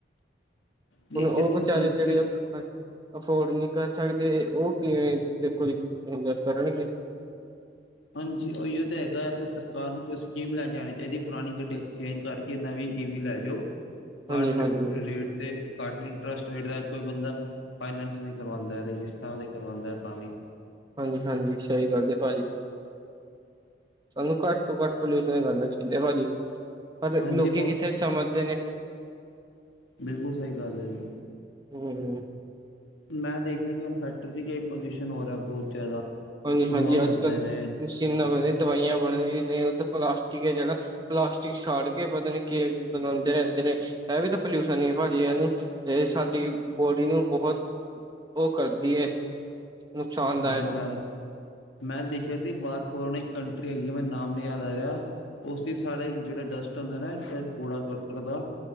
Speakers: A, on the left (about 85°); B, on the right (about 20°).
A: ਨਹੀਂ
B: ਹੁਣ ਉਹ
A: ਜਿੱਥੇ
B: ਵਿਚਾਰੇ
A: ਕੰਟਰੀ
B: ਜਿਹੜੇ ਅਫੋਰਡ ਨਹੀਂ ਕਰ ਸਕਦੇ, ਉਹ ਕਿਵੇਂ ਦੇਖੋ ਕੁਝ ਤਾਂ ਕਰਨਗੇ।
A: ਹਾਂਜੀ ਉਹੀਓ ਤਾ ਹੈਗਾ, ਤੇ ਸਰਕਾਰ ਨੂੰ ਕੋਈ ਸਕੀਮ ਲੈ ਜਾਣੀ ਚਾਹੀਦੀ ਐ, ਪੁਰਾਣੀ ਗੱਡੀ ਐਕਸਚੇਂਜ ਕਰਕੇ ਕਿ ਨਾ ਵੀ ਈਵੀ ਲੈ ਜੋ,
B: ਹਾਂਜੀ-ਹਾਂਜੀ,
A: ਘੱਟ ਰੇਟ ਤੇ ਘੱਟ ਇੰਟਰਸਟ ਰੇਟ ਦਾ ਕੋਈ ਬੰਦਾ ਫਾਈਨੈਂਸ ਵੀ ਕਰਵਾਂਦਾ ਐ, ਤੇ ਕਿਸ਼ਤਾਂ ਤੇ ਕਰਵਾਂਦਾ ਐ, ਤਾਂ ਵੀ
B: ਹਾਂਜੀ-ਹਾਂਜੀ, ਸਹੀ ਗੱਲ ਏ ਭਾਜੀ। ਸਾਨੂੰ ਘੱਟ ਤੋਂ ਘੱਟ ਪੋਲਿਊਸ਼ਨ ਕਰਨਾ ਚਾਹੀਦਾ, ਹਾਂਜੀ। ਅਤੇ
A: ਹਾਂਜੀ
B: ਲੋਕੀ
A: ਹੁਣ
B: ਕਿੱਥੇ ਸਮਝਦੇ ਨੇ।
A: ਬਿਲਕੁਲ ਸਹੀ ਗੱਲ ਹੈ ਜੀ।
B: ਹੂੰ,
A: ਮੈਂ ਦੇਖਿਆ ਕਿ ਹੁਣ ਫੈਕਟਰੀ ਕਈ ਪੋਲਿਊਸ਼ਨ ਹੋ ਰਿਹਾ ਬਹੁਤ ਜ਼ਿਆਦਾ।
B: ਹਾਂਜੀ-ਹਾਂਜੀ,
A: ਧੂੰਆਂ ਕਰਦੇ
B: ਅੱਜ-ਕੱਲ੍ਹ
A: ਨੇ
B: ਮਸ਼ੀਨਾਂ ਬਣੇ ਦਵਾਈਆਂ ਬਣੇ, ਵੀ ਨੇ ਉਧਰ ਪਲਾਸਟਿਕ ਐ ਜਿਹੜਾ ਪਲਾਸਟਿਕ ਸਾੜ ਕੇ ਪਤਾ ਨੀ ਕਿ ਬਣਾਂਦੇ ਰੈਂਦੇ ਨੇ ਇਹ ਵੀ ਤਾਂ ਪੋਲਿਊਸ਼ਨ ਹੀ ਭਾਜੀ ਇਨੂੰ ਇਹ ਸਾਡੀ ਬੋਡੀ ਨੂੰ ਬਹੁਤ ਉਹ ਕਰਦੀ ਹੈ ਨੁਕਸਾਨਦਾਇਕ
A: ਆਂਦਾ ਮੈਂ ਦੇਖਿਆ ਸੀ ਬਾਹਾਰ ਫੋਰਨ ਇੱਕ ਕੰਟਰੀ ਹੈਗੀ ਆ ਮੈ ਨਾਮ ਨ ਯਾਦ ਆ ਰਿਹਾ ਉਸ ਸਾਰੇਾ ਜਿਹੜੇ ਡਸਟ ਹੁੰਦੇ ਨਾ ਕੂੜਾ ਕਰਕਟ ਦਾ